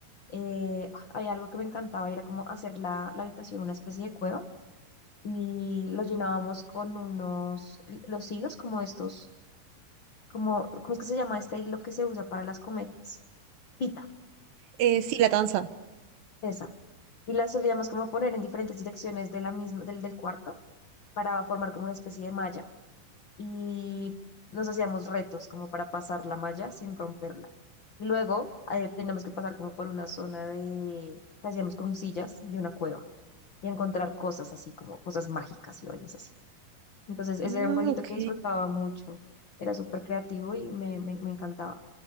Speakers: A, on the left; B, on the right.
A: eh, había algo que me encantaba, era como hacer la, la habitación una especie de cueva y lo llenábamos con unos, los hilos como estos, como, ¿cómo es que se llama este hilo que se usa para las cometas? Pita,
B: Eh, sí, la danza.
A: esa. Y la solíamos como poner en diferentes direcciones de la misma, del, del cuarto para formar como una especie de malla y nos hacíamos retos como para pasar la malla sin romperla. Y luego eh, teníamos que pasar como por una zona de, que hacíamos con sillas de una cueva y encontrar cosas así como cosas mágicas y vainas así. Entonces ese
B: Ah,
A: era un jueguito
B: ok.
A: que disfrutaba mucho, era súper creativo y me, me me encantaba.